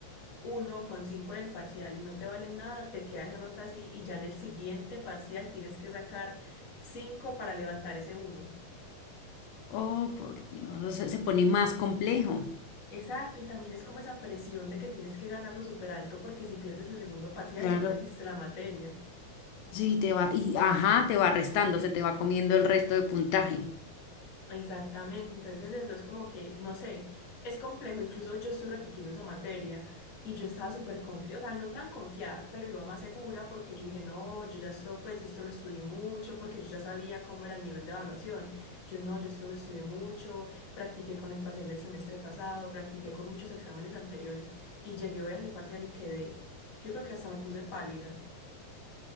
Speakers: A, on the left; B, on the left.
A: uno con cinco en el parcial y no te valen nada, te queda esa nota así y ya en el siguiente parcial tienes que sacar cinco para levantar ese uno.
B: Oh, por Dios, o sea, se pone más complejo.
A: Exacto, y también es como esa presión de que tienes que ganarlo súper alto porque si pierdes el segundo parcial
B: Claro.
A: ya perdiste la materia.
B: Sí, te va, y ajá, te va restando, se te va comiendo el resto de puntaje.
A: Exactamente, entonces eso es como que, no sé, es complejo, incluso yo estoy repitiendo esa materia y yo estaba súper confiada, o sea, no tan confiada, pero iba más segura porque yo dije, no, yo ya esto, pues esto lo estudié mucho, porque yo ya sabía cómo era el nivel de evaluación, yo no, yo esto lo estudié mucho, practiqué con el parcial del semestre pasado, practiqué con muchos exámenes anteriores y llegué hoy a ese parcial y quedé, yo creo que hasta me puse pálida.